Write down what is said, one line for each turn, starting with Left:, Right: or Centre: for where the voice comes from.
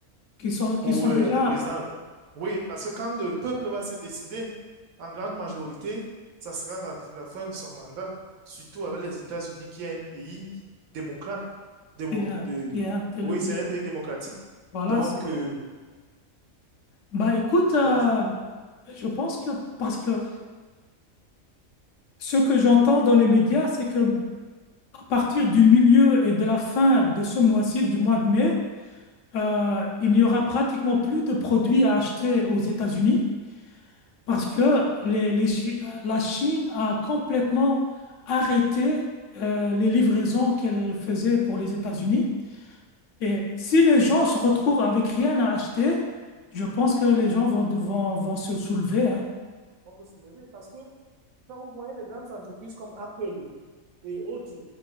Left: qui sont, qui
Right: où
Left: sont
Right: le,
Left: déjà
Right: le président. Oui, parce que quand le peuple va se décider, en grande majorité, ça sera la, la fin de son mandat. Surtout avec les États-Unis, qui est un pays démocrate. démo-
Left: qui est,
Right: de,
Left: qui est le
Right: oui,
Left: plus.
Right: c'est un pays démocratique.
Left: Voilà,
Right: Donc,
Left: c'est.
Right: euh,
Left: Bah écoute, euh,
Right: dans,
Left: je pense que parce que ce que j'entends
Right: oui.
Left: dans les médias, c'est que à partir du milieu et de la fin de ce mois-ci, du mois de mai, euh, il n'y aura pratiquement plus de produits à acheter aux États-Unis parce que
Right: Wow.
Left: les, les Chi- euh, la Chine a complètement arrêté euh, les livraisons qu'elle faisait pour les États-Unis. Et si les gens se retrouvent avec rien à acheter, je pense que les gens vont, vont, vont se soulever, hein.
Right: on peut soulever parce que quand vous voyez les grandes entreprises comme Apple et autres,